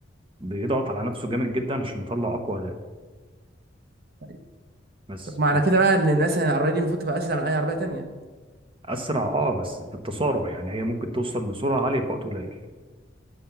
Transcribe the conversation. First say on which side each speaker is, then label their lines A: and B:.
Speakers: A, on the right; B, on the right.
A: بيضغط على نفسه جامد جدا عشان يطلع أقوى أداء
B: طيب
A: بس
B: طب معنى كده بقى ان الناس العربيه دي المفروض تبقى اسرع من اي عربيه تانية
A: فأسرع اه بس في التسارع يعني هي ممكن توصل لسرعة عالية في وقت قليل